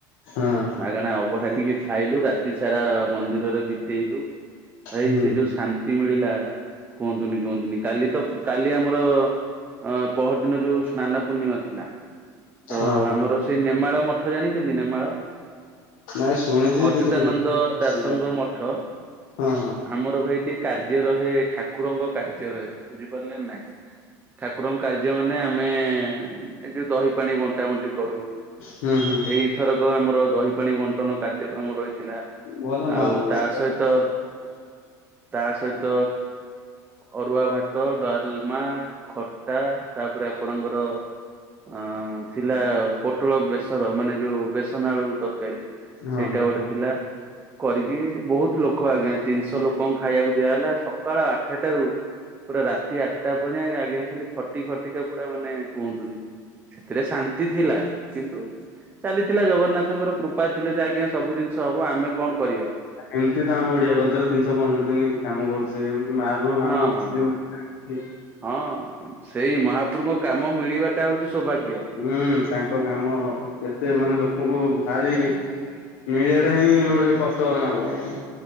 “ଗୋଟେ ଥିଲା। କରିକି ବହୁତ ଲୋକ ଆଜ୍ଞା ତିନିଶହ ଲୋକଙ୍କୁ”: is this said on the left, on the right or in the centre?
Right